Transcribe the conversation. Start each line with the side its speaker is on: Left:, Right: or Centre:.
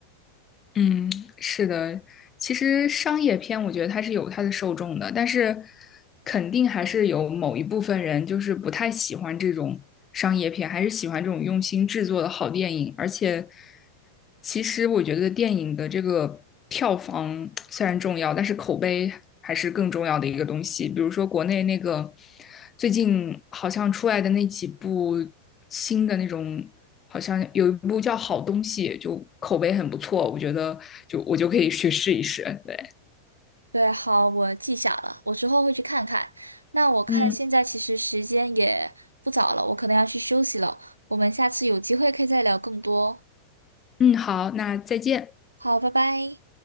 Left: 嗯，是的，其实商业片我觉得它是有它的受众的，但是肯定还是有某一部分人就是不太喜欢这种商业片，还是喜欢这种用心制作的好电影。而且，其实我觉得电影的这个票房虽然重要，但是口碑还是更重要的一个东西。比如说国内那个最近好像出来的那几部新的那种。好像有一部叫《好东西》，就口碑很不错，我觉得就我就可以去试一试。对，
Right: 对，好，我记下了，我之后会去看看。那我看嗯现在其实时间也不早了，
Left: 嗯
Right: 我可能要去休息了。我们下次有机会可以再聊更多。
Left: 嗯，好，那再见。
Right: 好，拜拜。